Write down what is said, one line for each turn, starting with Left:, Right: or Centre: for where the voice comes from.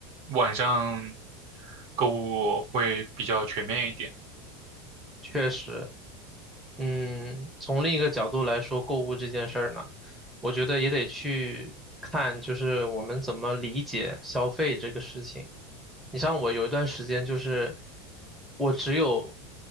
Right: 晚上购物会比较全面一点。
Centre: 确实，嗯，从另一个角度来说，购物这件事儿呢，我觉得也得去看就是我们怎么理解消费这个事情。你像我有一段时间就是，我只有